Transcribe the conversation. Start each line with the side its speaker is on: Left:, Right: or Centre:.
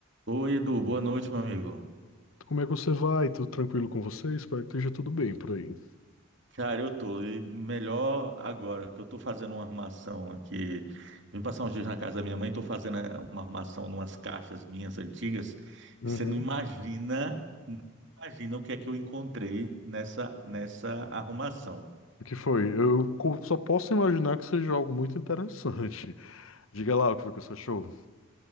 Right: Oi, Edu, boa noite, meu amigo.
Left: Como é que você vai? Tudo tranquilo com você? Espero que esteja tudo bem por aí.
Right: Cara, eu tô e melhor agora, que eu tô fazendo uma arrumação aqui. Vim passar uns dias na casa da minha mãe, tô fazendo eh, uma arrumação numas caixas minhas antigas,
Left: Uhum.
Right: e você não imagina, não imagina o que é que eu encontrei nessa nessa arrumação.
Left: O que foi? Eu co- só posso imaginar que seja algo muito interessante. <laughs> Diga lá o que foi que você achou.